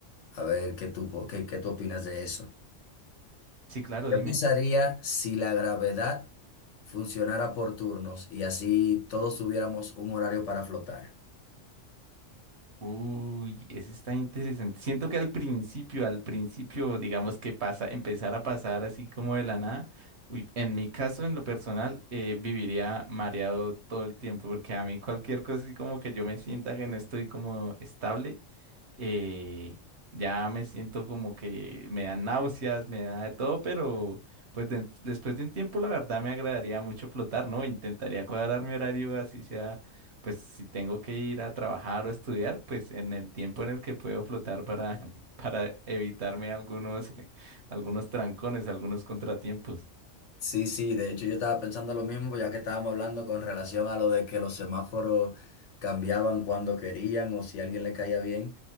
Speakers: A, on the left; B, on the right.
A: A ver, ¿qué tú, po- qué, qué tú opinas de eso?
B: Sí, claro,
A: ¿Qué
B: dime.
A: pasaría si la gravedad funcionara por turnos y así todos tuviéramos un horario para flotar?
B: Uy, ese está interesante. Siento que al principio, al principio, digamos que pasa, empezar a pasar así como de la nada. Uy, en mi caso, en lo personal, eh, viviría mareado todo el tiempo, porque a mí cualquier cosa así como que yo me sienta que no estoy como estable, eh, ya me siento como que me dan náuseas, me da de todo, pero pues de- después de un tiempo, la verdad me agradaría mucho flotar, ¿no? Intentaría cuadrar mi horario así sea pues si tengo que ir a trabajar o estudiar, pues en el tiempo en el que puedo flotar para, <laughs> para evitarme algunos, <laughs> algunos trancones, algunos contratiempos.
A: Sí, sí, de hecho yo estaba pensando lo mismo, pues ya que estábamos hablando con relación a lo de que los semáforos cambiaban cuando querían o si a alguien le caía bien.